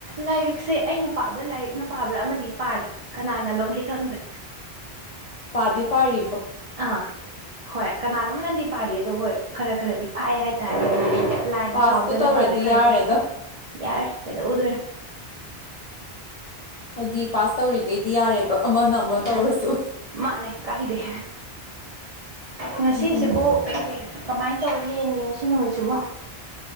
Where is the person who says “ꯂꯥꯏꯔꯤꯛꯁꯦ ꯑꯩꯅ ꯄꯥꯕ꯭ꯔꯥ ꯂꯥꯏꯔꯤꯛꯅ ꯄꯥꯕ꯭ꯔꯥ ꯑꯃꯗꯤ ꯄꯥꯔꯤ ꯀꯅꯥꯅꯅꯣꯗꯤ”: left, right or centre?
Right